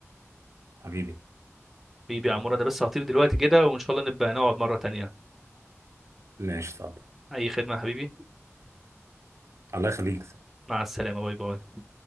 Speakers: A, on the right; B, in the centre.
A: حبيبي
B: حبيبي يا عمرو انا بس هطير دلوقتي كده وان شاء الله نبقى نقعد مره تانية
A: ماشي اتفضل
B: اي خدمه يا حبيبي
A: الله يخليك
B: مع السلامه باي باي